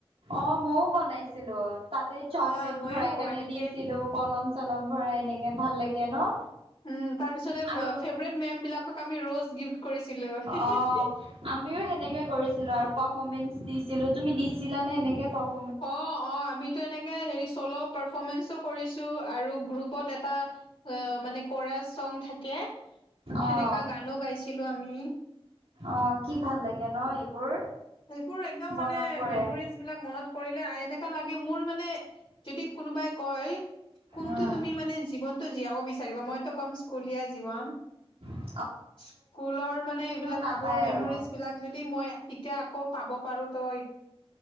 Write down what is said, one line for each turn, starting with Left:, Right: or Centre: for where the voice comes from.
Right: অ মও বনাইছিলো তাতে
Left: অ',
Right: চকলেট
Left: মইয়ো
Right: ভৰাই কাৰনে
Left: এনেকে
Right: দিছিলো কল কলম চালম ভৰাই এনেকে ভাল লাগে ন
Left: উম তাৰ পিছতে অ
Right: আৰু
Left: ফেভৰেট মেম বিলাকক আমি ৰ'জ গিফ্ট কৰিছিলো হেহু
Right: অ', আমিও সেনেকে কৰিছিলো আৰু পাৰফৰ্মেঞ্চ দিছিলো তুমি দিছিলা নে সেনেকে পৰফ
Left: অহ অহ আমিতো এনেকে হেৰি চ'ল' পৰফমেঞ্চেও কৰিছো আৰু গ্ৰুপত এটা অ'- মানে কোৰাছ ছং থাকে।
Right: অ'।
Left: সেনেকা গানো গাইছিলোঁ আমি।
Right: অ কি ভাল লাগে ন এইবোৰ
Left: সেইবোৰ একদম
Right: মনত
Left: মানে
Right: পৰে।
Left: মেমৰিজ বিলাক মনত কৰিলে আই এনেকা লাগে মোৰ মানে যদি কোনোবাই কই কোনটো
Right: উম,
Left: তুমি মানে জীৱনটো জীয়াবো বিচাৰিবা? মই টো কম স্কুলীয়া জীৱন
Right: হয়
Left: স্কুলৰ মানে এইবিলাক
Right: নাপায়
Left: আগৰ মেমৰিজবিলাক
Right: আৰু
Left: যদি মই এতিয়া আকৌ পাব পাৰোঁ তো